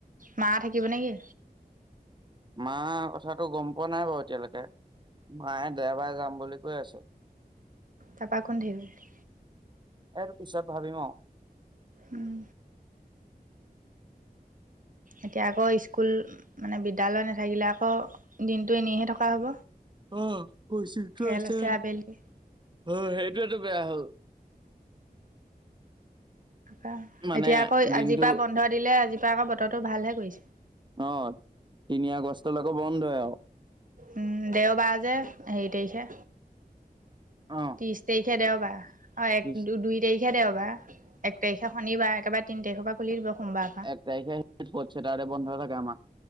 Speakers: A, on the right (about 55°); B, on the right (about 30°).
A: মা থাকিব নেকি?
B: মা কথাাতো গম পোৱা নাই বাৰু এতিয়ালৈকে। মায়ে দেওবাৰে যাম বুলি কৈ আছে।
A: তাৰপা কোন থাকিব?
B: এইটো পিছত ভাবিম অ।
A: উম। এতিয়া আকৌ স্কুল মানে বিদ্যালয় নাথাকিলে আকৌ দিনটো এনেইহে থকা হ'ব।
B: অ কুচিংটো
A: খেল
B: আছে,
A: আবেলি
B: অ সেইটোৱেটো বেয়া হ'ল।
A: কা,
B: মানে
A: এতিয়া আকৌ
B: দিনটো
A: আজিৰ পৰা বন্ধ দিলে আজিৰ পৰা আকৌ বতৰটো ভালহে কৰিছে।
B: অ তিনি আগষ্টলৈকে বন্ধয়ে আৰু।
A: উম দেওবাৰ যে হেৰি তাৰিখে
B: অ',
A: ত্ৰিশ তাৰি খে দেওবাৰ, অ
B: ত্ৰিশ
A: এক দু দুই তাৰিখে দেওবাৰ, এক তাৰিখে শনিবাৰ একেবাৰে তিন তাৰিখৰ পৰা খুলিব দিব সোমবাৰ।
B: এক তাৰিখে ফৰ্থ ছেটাৰদে বন্ধ থাকে আমাৰ।